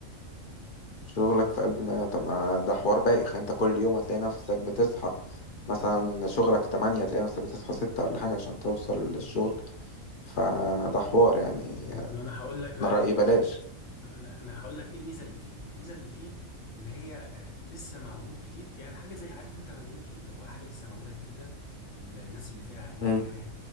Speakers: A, on the left; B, on the left.
A: شغلك في قلب المدينة طب ما ده حوار بايخ يعني انت كل يوم هتلاقي نفسك بتصحى مثلا شغلك تمانية هتلاقي نفسك بتصحى ستة ولا حاجة عشان توصل للشغل فده حوار يعني
B: ما انا هقول لك بقى
A: انا رأيي
B: ايه
A: بلاش
B: انا انا هقول لك ايه الميزه اللي فيه الميزه اللي فيه ان هي آه، لسه معمول جديد يعني حاجه زي عارف انت مدينتي اللي هو حاجه لسه معموله جديده الناس اللي فيها المكان
A: امم
B: هادي